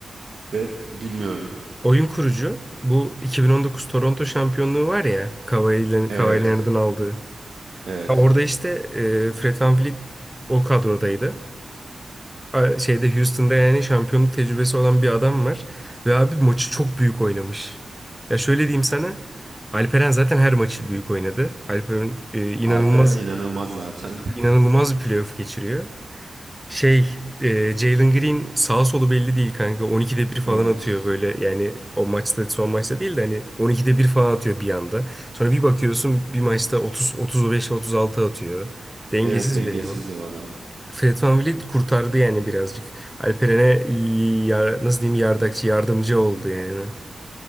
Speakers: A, on the right; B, in the centre.
A: Red bilmiyorum.
B: Oyun kurucu. Bu 2019 Toronto şampiyonluğu var ya Kawhi Len- Kawhi
A: Evet.
B: Leonard'ın aldığı.
A: Evet.
B: Ha, orada işte e, Fred VanVleet o kadrodaydı. a- şeyde Houston'da yani şampiyonluk tecrübesi olan bir adam var. Ve abi maçı çok büyük oynamış. Ya şöyle diyeyim sana. Alperen zaten her maçı büyük oynadı. Alperen e, inanılmaz
A: Alperen inanılmaz zaten. <laughs>
B: inanılmaz bir playoff geçiriyor. Şey e, Jalen Green sağ solu belli değil kanka. 12'de bir falan
A: Evet.
B: atıyor böyle. Yani o maçta son maçta değil de hani 12'de bir falan atıyor bir anda. Sonra bir bakıyorsun bir maçta 30 35 36 atıyor. Dengesiz
A: Evet dengesiz
B: bir eleman.
A: bu adam.
B: Fred VanVleet kurtardı yani birazcık. Alperen'e y- yar- nasıl diyeyim yardakçı yardımcı oldu yani.